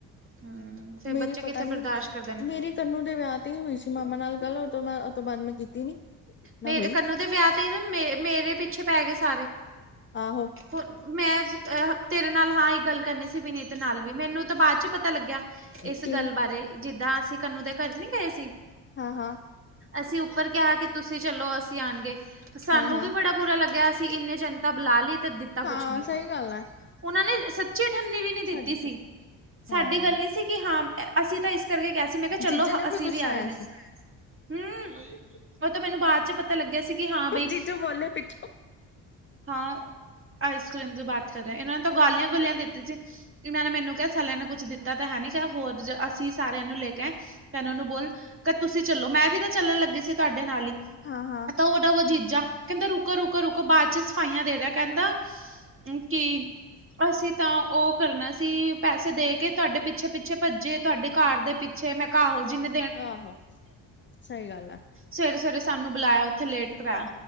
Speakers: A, on the right (about 30°); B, on the left (about 30°).
A: ਹੂੰ, ਫੇਰ
B: ਮੇਰੀ
A: ਬੱਚੇ ਕਿੱਥੇ
B: ਪਤਾ ਨੀ
A: ਬਰਦਾਸ਼ਤ ਕਰਦੇ ਨੇ
B: ਮੇਰੀ ਤਨੂੰ ਦੇ ਵਿਆਹ ਤੇ ਹੀ ਹੋਈ ਸੀ ਮਾਮਾ ਨਾਲ ਗੱਲ। ਉਹ ਤੋਂ ਉਹ ਤੋਂ ਬਾਅਦ ਮੈਂ ਕੀਤੀ ਨੀ। ਨਾ
A: ਮੇਰੇ
B: ਹੋਈ
A: ਕੰਨੂੰ ਦੇ ਵਿਆਹ ਤੇ ਹੀ ਨਾ ਮੇ ਮੇਰੇ ਪਿੱਛੇ ਪੈ ਗਏ ਸਾਰੇ।
B: ਆਹੋ।
A: ਹੁਣ ਮੈਂ ਅਹ ਤੇਰੇ ਨਾਲ ਹਾਂ ਹੀ ਗੱਲ ਕਰਨੀ ਸੀ ਵਿਨੀਤ ਨਾਲ ਵੀ ਮੈਨੂੰ ਤਾਂ ਬਾਅਦ ਚ ਪਤਾ ਪਤਾ ਲੱਗਿਆ ਇਸ
B: ਕੀ
A: ਗੱਲ ਬਾਰੇ ਜਿੱਦਾਂ ਅਸੀਂ ਕੰਨੂੰ ਦੇ ਘਰ ਨਹੀ ਗਏ ਸੀ।
B: ਹਾਂ- ਹਾਂ।
A: ਅਸੀਂ ਉੱਪਰ ਕਿਹਾ ਕਿ ਤੁਸੀਂ ਚਲੋ ਅਸੀਂ ਆਉਣਗੇ ਸਾਨੂੰ
B: ਹਾਂ-ਹਾਂ, ਹਾਂ
A: ਵੀ ਬੜਾ ਪੂਰਾ ਲੱਗਿਆ ਅਸੀਂ ਇੰਨੇ ਜਨਤਾ ਬੁਲਾ ਲਈ ਤੇ ਦਿੱ ਤਾ ਕੁਛ
B: ਹਾਂ
A: ਨੀ
B: ਹਾਂ ਸਹੀ ਗੱਲ ਐ
A: ਉਹਨਾਂ ਨੇ ਸੱਚੀ ਠੰਨੀ ਵੀ ਨੀ
B: ਛੱਡ
A: ਦਿੱਤੀ ਸੀ। ਸਾਡੀ
B: ਹਾਂ
A: ਗੱਲ ਨਹੀ ਸੀ ਕਿ ਹਾਂ। ਅਸੀਂ ਤਾਂ ਇਸ ਕਰਕੇ ਗਿਆ ਸੀ। ਮੈਂ ਕਿਹਾ
B: ਜੀਜੇ
A: ਚਲੋ
B: ਨੂੰ
A: ਹ ਅਸੀਂ
B: ਗੁੱਸਾ
A: ਵੀ ਆ
B: ਆਇਆ
A: ਰਹੇ ਨੇ।
B: ਸੀ,
A: ਹਮ। ਉਹ ਤਾਂ ਮੈਨੂੰ ਬਾਅਦ ਚ ਪਤਾ ਲੱਗਿਆ ਸੀ ਕਿ ਹਾਂ ਬਈ
B: ਜੀਜੂ ਬੋਲੇ ਪਿੱਛੋਂ
A: ਹਾਂ, ਆਈਸ ਕਰ੍ਰੀਮ ਦੀ ਬਾਤ ਕਰ ਰਿਹਾ। ਇਹਨਾਂ ਨੇ ਤਾਂ ਗਾਲੀਆਂ ਗੁਲੀਆਂ ਦਿੱਤੀ ਸੀ। ਇਹਨਾਂ ਨੇ ਮੈਨੂੰ ਕ ਕਿਹਾ ਸਲਿਆਂ ਨੂੰ ਕੁੱਛ ਦਿੱਤਾ ਤਾਂ ਹੈ। ਨੀ ਕ ਹੋਰ ਅਸੀਂ ਸਾਰਿਆਂ ਨੂੰ ਲੈ ਕੇ ਕਹਿੰਦੇ ਉਹਨੂੰ ਬੋਲ ਕ ਤੁਸੀਂ ਚੱਲੋ ਮੈਂ ਵੀ ਤਾਂ ਚੱਲਣ ਲੱਗੀ ਸੀ ਤੁਹਾਡੇ ਨਾਲ ਹੀ।
B: ਹਾਂ-ਹਾਂ।
A: ਤਾਂ, ਉਹ ਤਾ ਉਹ ਜੀਜਾ ਕਹਿੰਦਾ ਰੁਕੋ-ਰੁਕੋ-ਰੁਕੋ ਬਾਅਦ ਚ ਸਫਾਈਆਂ ਦੇ ਰਿਹਾ ਕਹਿੰਦਾ ਕੀ? ਅਸੀਂ ਤਾਂ ਉਹ ਕਰਨਾ ਸੀ। ਪੈਸੇ ਦੇ ਕੇ ਤੁਹਾਡੇ ਪਿੱਛੇ-ਪਿੱਛੇ ਭੱਜੇ ਤੁਹਾਡੇ ਕਾਰ ਦੇ ਪੀ ਛੇ ਮੈਂ ਘਾਹੋ ਜਿਹੇ
B: ਆਹਹੋ ਸਹੀ ਗੱਲ ਆ।
A: ਸਵੇਰੇ-ਸਵੇਰੇ ਸਾਨੂੰ ਬੁਲਾਇਆ ਉੱਥੇ ਲੇਟ ਕਰਵਾਇਆ।